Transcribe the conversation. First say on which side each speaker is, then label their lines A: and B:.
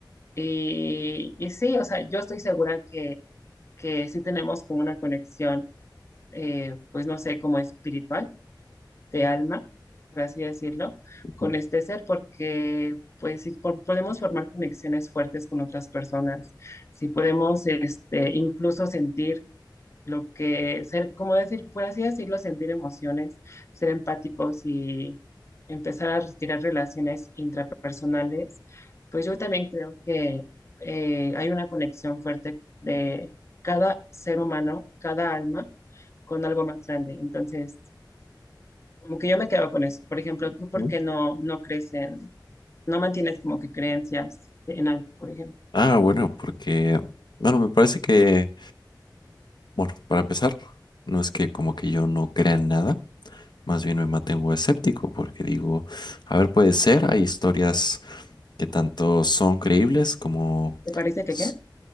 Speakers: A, on the left; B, on the left.
A: Y, y sí, o sea, yo estoy segura que, que sí tenemos como una conexión, eh, pues no sé, como espiritual de alma, por así decirlo,
B: Ujú.
A: con este ser, porque pues si po- podemos formar conexiones fuertes con otras personas, si podemos este, incluso sentir lo que, ser, como decir, por así decirlo, sentir emociones, ser empáticos y empezar a retirar relaciones intrapersonales, pues yo también creo que eh, hay una conexión fuerte de cada ser humano, cada alma, con algo más grande. Entonces, como que yo me quedo con eso. Por ejemplo, ¿tú por
B: ¿no?
A: qué no, no crees en, no mantienes como que creencias en algo, por ejemplo?
B: Ah, bueno, porque, bueno, me parece que, bueno, para empezar, no es que como que yo no crea en nada, más bien me mantengo escéptico, porque digo, a ver, puede ser, hay historias que tanto son creíbles como
A: ¿Te parece que
B: s-
A: qué?